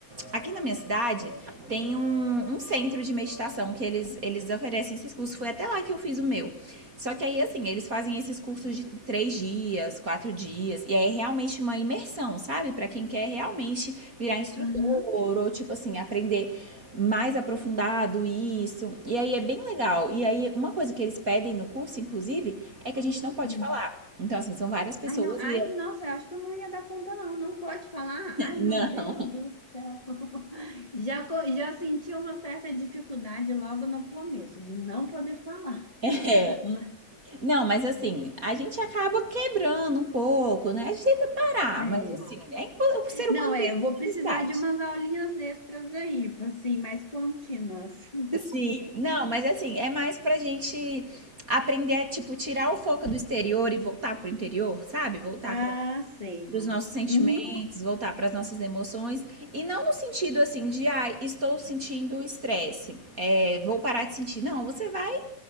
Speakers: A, on the right (about 35°); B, on the left (about 20°).
A: Aqui na minha cidade tem um, um centro de meditação que eles, eles oferecem esses cursos. Foi até lá que eu fiz o meu. Só que aí, assim, eles fazem esses cursos de três dias, quatro dias. E aí é realmente uma imersão, sabe? Pra quem quer realmente virar instrutor
B: Aham.
A: ou, tipo assim, aprender mais aprofundado isso. E aí é bem legal. E aí, uma coisa que eles pedem no curso, inclusive, é que a gente não pode
B: Hum.
A: falar. Então, assim, são várias pessoas
B: Ai, não. Ai,
A: e.
B: nossa, eu acho que eu não ia dar conta, não. Não pode falar. Ai,
A: <laughs>
B: meu Deus
A: Não,
B: do céu. <laughs> Já, co- já senti uma certa dificuldade logo no começo de não poder falar.
A: é.
B: <laughs> Ma-
A: Não, mas assim, a gente acaba quebrando um pouco, né? A gente tenta parar,
B: É.
A: mas assim, é impo- o ser humano
B: Não, é,
A: tem
B: eu
A: essa
B: vou precisar
A: necessidade.
B: de umas aulinhas extras aí, assim, mais contínuas. <laughs>
A: Sim, não, mas assim, é mais pra gente aprender a, tipo, tirar o foco do exterior e voltar pro interior, sabe? Voltar
B: Ah,
A: pra
B: sei.
A: dos nossos sentimentos,
B: Uhum,
A: voltar para as nossas emoções e não no sentido assim de ai, estou sentindo estresse, é, vou parar de sentir. Não, você vai